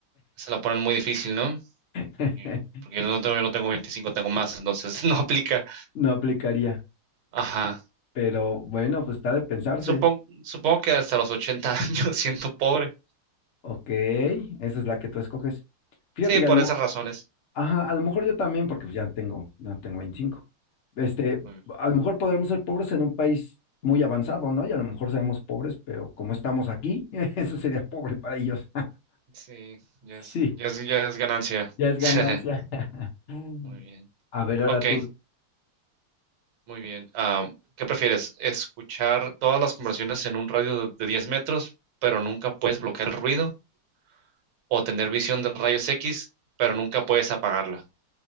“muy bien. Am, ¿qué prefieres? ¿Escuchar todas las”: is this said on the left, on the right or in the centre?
Right